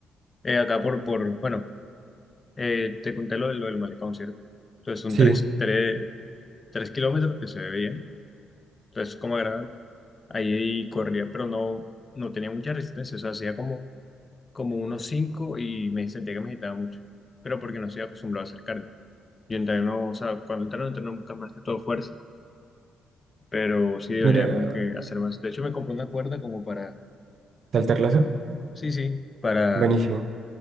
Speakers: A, on the left; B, on the right.
A: Eh, acá por, por, bueno, eh, te conté lo, de- lo del malecón, ¿cierto? Entonces son
B: sí.
A: tres, tres, tres kilómetros que se ve bien. Entonces, como agradable. Ahí corría, pero no, no tenía mucha resistencia. O sea, hacía como, como unos cinco y me sentía que me agitaba mucho. Pero porque no estoy acostumbrado a hacer cardio. Yo entreno, o sea, cuando entreno, entreno nunca más que todo fuerza. Pero sí debería
B: Mira,
A: como que hacer más. De hecho, me compré una cuerda como para
B: saltar lazo.
A: Sí, sí, para,
B: Buenísimo.